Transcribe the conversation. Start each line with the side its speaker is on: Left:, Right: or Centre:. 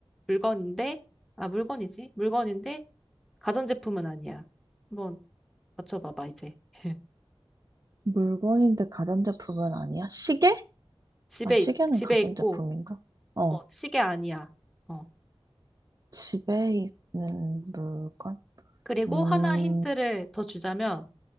Centre: 물건인데, 아, 물건이지? 물건인데, 가전제품은 아니야. 한번 맞춰봐봐, 이제. <laughs>
Right: 물건인데 가전제품은 아니야? 시계?
Centre: 집에,
Right: 아, 시계는
Centre: 있- 집에
Right: 가전제품인가?
Centre: 있고,
Right: 어
Centre: 어, 시계 아니야. 어.
Right: 집에 있는 물건?
Centre: 그리고
Right: 음,
Centre: 하나 힌트를 더 주자면,